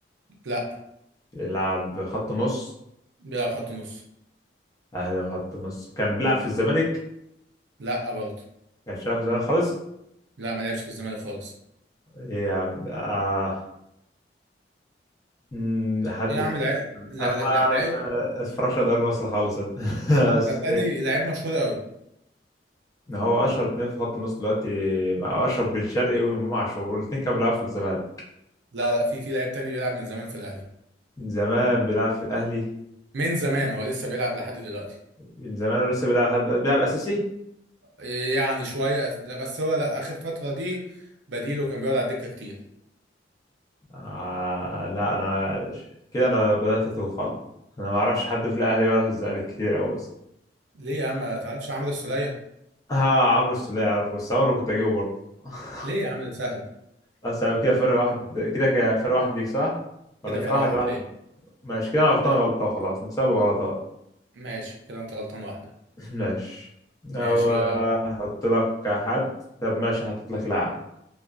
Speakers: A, on the right (about 75°); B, on the left (about 20°).
A: لا
B: بيلعب خط نص
A: بيلعب خط نص
B: أهلي وخط نص كان بيلعب في الزمالك
A: لا برضه
B: كانش بيلعب في الزمالك خالص
A: لا ما لعبش في الزمالك خالص
B: إيه يا عم ده؟ آه. مم، حد
A: ايه يا عم لعيب لا
B: أنا
A: لا
B: ما
A: لا لعيب
B: أتفرجش على دوري مصر خالص أنا. <laughs> بس
A: صدقني لعيب مشهور قوي
B: إن هو اشهر اتنين في خط النص دلوقتي مع اشرف بن شرقي وامام عاشور والاتنين كانوا بيلعبوا في الزمالك
A: لا لا في في لعيب تاني بيلعب من زمان في الاهلي
B: من زمان بيلعب في الاهلي
A: من زمان هو لسه بيلعب لحد دلوقتي
B: من زمان ولسه بيلعب لحد دلوقتي. بيلعب اساسي
A: إيه يعني شويه لا بس هو لا اخر فتره دي بديله كان بيقعد على الدكه كتير
B: آه لا انا كده انا بدات اتوه خالص انا ما اعرفش حد في الاهلي ولا في الزمالك كتير قوي اصلا
A: ليه يا عم ما تعرفش عمرو السوليه
B: ها عمرو السولية اعرفه بس عمرو كنت اجيبه برضه <laughs>
A: ليه يا عم ده سهل
B: بس يعني كده فرق واحد كده ك- فرق واحد ليك صح ولا
A: كده
B: كده
A: فرق
B: واحد
A: واحد
B: واحد
A: ليه
B: ماشي كده انا غلطان
A: لا
B: غلطة وخلاص نحسب الغلطات
A: ماشي كده انت غلطان واحده
B: ماشي
A: ماشي
B: أو هحط لك حد طب ماشي هحط لك لاعب